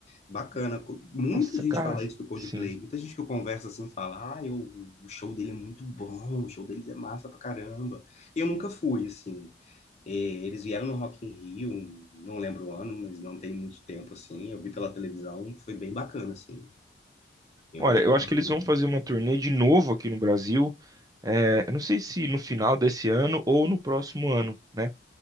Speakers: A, on the left; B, on the right.
A: Bacana. Co- Muita
B: Nossa,
A: gente
B: cara,
A: fala isso do Coldplay,
B: sim.
A: muita gente que eu converso assim fala, ah, eu, o show dele é muito bom, o show deles é massa pra caramba. Eu nunca fui, assim, e eles vieram no Rock in Rio, não lembro o ano, mas não tem muito tempo, assim. Eu vi pela televisão, foi bem bacana, assim. Eu
B: Olha,
A: gostei
B: eu acho
A: bastante.
B: que eles vão fazer uma turnê de novo aqui no Brasil. É, eu não sei se no final desse ano ou no próximo ano, né?